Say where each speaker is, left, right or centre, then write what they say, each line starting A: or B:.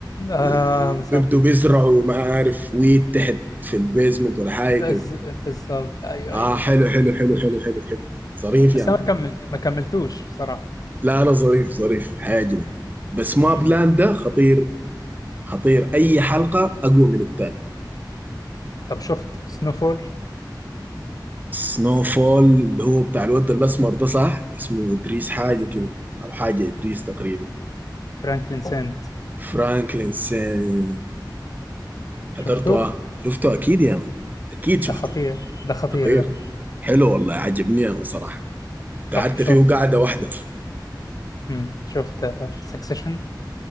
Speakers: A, on the left; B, on the right.
A: آه
B: وبيبدوا
A: بالظبط
B: بيزرعوا ما عارف ويت تحت في البيزمنت ولا حاجة
A: بز-
B: كده
A: بالظبط أيوه
B: آه
A: أيوه
B: حلو حلو حلو حلو حلو حلو ظريف
A: بس
B: يا مان
A: أنا ما كملت ما كملتوش بصراحة
B: لا لا ظريف ظريف حيعجبك بس ما
A: مم.
B: بلاند ده خطير خطير أي حلقة أقوى من التاني
A: طب شفت سنوفول
B: سنو فول اللي هو بتاع الواد الأسمر ده صح اسمه إدريس حاجة كده أو حاجة إدريس تقريبا
A: فرانكلين سنت
B: فرانكلين سين
A: شفته
B: حضرته اه شفته اكيد يا يعني. اكيد شفته
A: ده خطير ده خطير
B: خطير
A: ده
B: حلو والله عجبني انا صراحه قعدت
A: طب شفت
B: فيه قعده واحده
A: مم. شفت سكسيشن